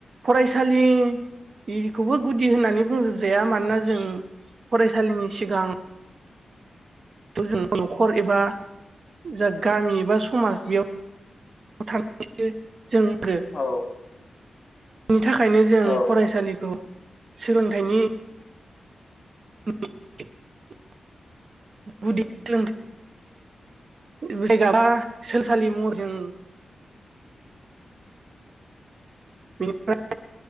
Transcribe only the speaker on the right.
फरायसालि बेखौबो गुदि होननानै बुंजोबजाया मानोना जों फरायसालिनि सिगां जों न'खर एबा जा गामि एबा समाज बेयाव <unintelligible> जोङो
बिनि थाखायनो जों
फरायसालिखौ सोलोंथाइनि <unintelligible> <inaudible> जायगाबा सोलोंसालि महरजों बेनिफ्राय